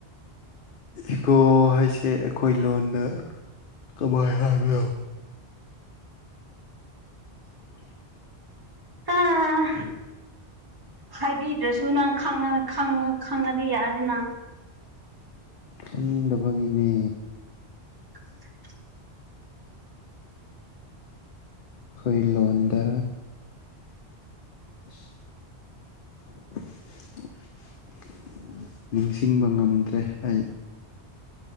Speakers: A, on the left; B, on the right.
A: ꯏꯒꯣ ꯍꯥꯏꯁꯦ ꯑꯩꯈꯣꯏ ꯂꯣꯟꯗ ꯀꯃꯥꯏ ꯍꯥꯏꯕꯅꯣ <unintelligible>
B: ꯑꯥ ꯍꯥꯏꯕꯤꯗ꯭ꯔꯁꯨ ꯅꯪ ꯈꯪꯉꯗꯤ ꯌꯥꯗꯦ ꯅꯪ
A: ꯈꯪꯗꯕꯒꯤꯅꯦ
B: <unintelligible>
A: ꯑꯩꯈꯣꯏ ꯂꯣꯟꯗ <unintelligible> ꯅꯤꯡꯁꯤꯡꯕ ꯉꯝꯗ꯭ꯔꯦ ꯑꯩ